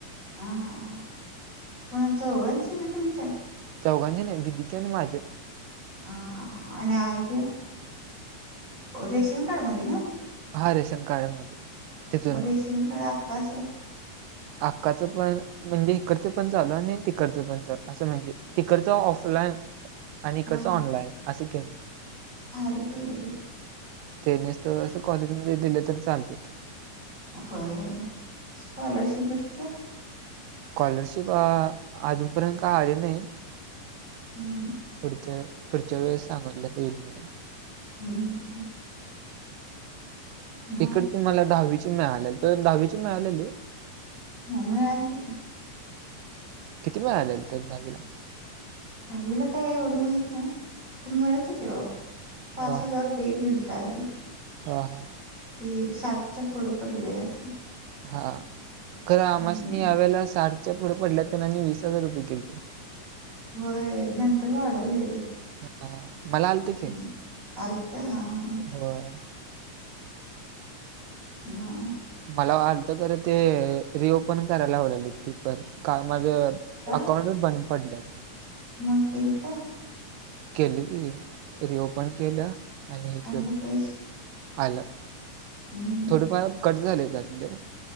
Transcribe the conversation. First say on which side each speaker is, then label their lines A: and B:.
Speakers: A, on the right; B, on the right.
A: हा हा कोणाचा <unintelligible> आहे तुमच्या?
B: चौघांने नाही दिदीचे आणि माझ्या.
A: हा हा हा आणि आ हे रेशन कार्ड मध्ये ना?
B: हा रेशन कार्डमध्ये. ते जुनं.
A: मग रेशनकार्ड अक्काचा
B: अक्काचं पण म्हणजे इकडचं पण चालू आणि तिकडचं पण चा असं म्हणजे तिकडचं ऑफलाईन आणि इकडचं
A: हा
B: ऑनलाईन असे केले.
A: भारी केले की.
B: ते नुस्तं असं कॉलेजमध्ये दिले तर चालते ते.
A: होय होय स्कॉलरशिप भेटत्या?
B: कॉलरशिप अ अजूनपर्यंत आली नाही.
A: हम्म हम्म.
B: फुढच्या फुढच्या वेळेस सांगलं देईल म्हणून
A: हम्म हम्म हम्म. मग
B: इकडचे मला दहावीचे मिळाल्या. तर दहावीचे मिळालेले
A: मम्मी आणते की.
B: किती मिळालेले त्याला दहावीला.
A: दहावीला काही एवढ माहित नाही. तर मिळत होती पाच
B: हा
A: हजार रू पेग दिलता आदी.
B: हा हा
A: ते साठच्या पुढ पडले अस
B: हा खर आमासनी
A: हम्म
B: यावेळेला साठच्या पुढं पडल्यात त्यांनी वीस हजार रुपये केलते
A: व्हय नंतर वाढवले रे.
B: हां मला आलत की
A: हम्म. आलत हा हा
B: होय
A: <unintelligible>
B: मला आलत खरं. ते रिओपन कराय लावल्यालीत ती परत काल माझं
A: का
B: अकाउंटच बंद पडलय ना.
A: मग केलंत?
B: केल की. रिओपन केल. आणि हे
A: आणलं
B: केल.
A: पैसे
B: आल
A: हम्म हम्म
B: थोडेफार कट झाले त्यातले.